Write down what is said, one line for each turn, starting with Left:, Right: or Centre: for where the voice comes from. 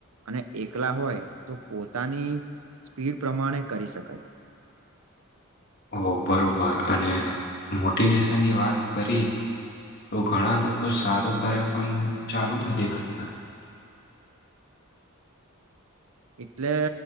Right: અને એકલા હોય તો પોતાની સ્પીડ પ્રમાણે કરી શકાય, <unintelligible>
Left: ઓ બરોબર અને મોટિવેશનની વાત કરી, તો ઘણા લોકો સારું કરે પણ ચાલુ નથી રાખતા,
Right: એટલે